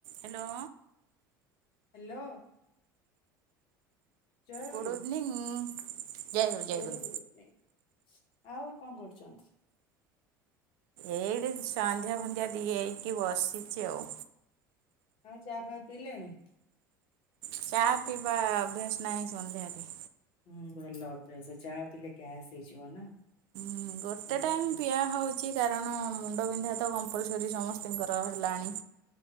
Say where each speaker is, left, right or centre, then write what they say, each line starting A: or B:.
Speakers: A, on the right (about 60°); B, on the left (about 50°).
A: ହଲୋ
B: ହ୍ୟାଲୋ, ଜୟଗୁରୁ।
A: Good evening. ଜୟଗୁରୁ ଜୟଗୁରୁ।
B: ଭେରି Good evening. ଆଉ କଣ କରୁଛନ୍ତି?
A: ଏଇଡେ ସନ୍ଧ୍ୟା ଫନ୍ଧ୍ୟା ଦେଇକି ବସିଛି ଆଉ।
B: ଆଉ ଚା ଫାହା ପିଇଲେଣି?
A: ଚା ପିଇବା ଅଭ୍ୟାସ ନାହିଁ ସନ୍ଧ୍ୟାରେ।
B: ହୁଁ ଭଲ ଅଭ୍ୟାସ, ଚାହା ପିଲଲେ ଗ୍ୟାସ୍ ହେଇଯିବ ନା।
A: ହଁ ଗୋଟେ
B: ଭଲ
A: ଟାଇମ୍
B: ଅଭ୍ୟାସ।
A: ପିଆ ହଉଛି। କି କାରଣ ମୁଣ୍ଡ ବିିନ୍ଧା ତ କମ୍ପଲସରୀ ସମସ୍ତଙ୍କର ହେଲାଣି।